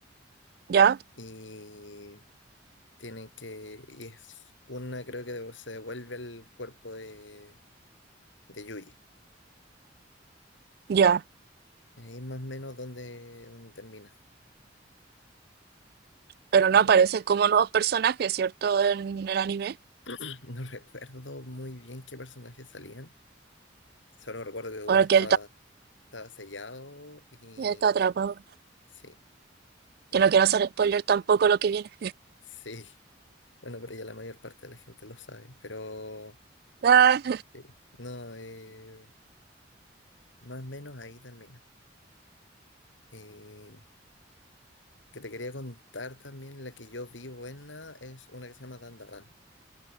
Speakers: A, on the right (about 55°); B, on the left (about 80°).
A: Ya,
B: y tienen que. Y es una, creo que de- se devuelve el cuerpo de, de Yui.
A: ya.
B: Ahí más o menos donde, donde termina.
A: Pero no
B: Eh,
A: aparecen como nuevos personajes, ¿cierto? En el anime.
B: <clears throat> no recuerdo muy bien qué personajes salían. Solo recuerdo que Goyo
A: Porque
B: estaba, estaba sellado y.
A: Está atrapado.
B: Sí. Y.
A: Que no quiero hacer spoiler tampoco lo que viene.
B: Sí. Bueno, pero ya la mayor parte de la gente lo sabe, pero
A: Ah,
B: sí, no, eh, más o menos ahí termina. Y que te quería contar también, la que yo vi buena es una que se llama Dandadan.